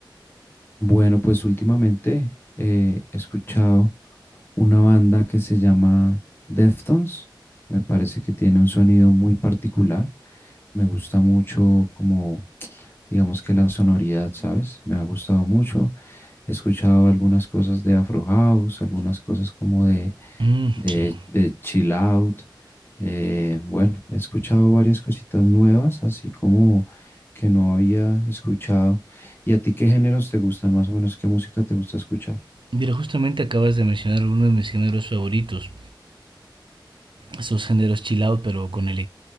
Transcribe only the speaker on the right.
Mm,
sí.
Mira, justamente acabas de mencionar uno de mis géneros favoritos, esos géneros chill out, pero con el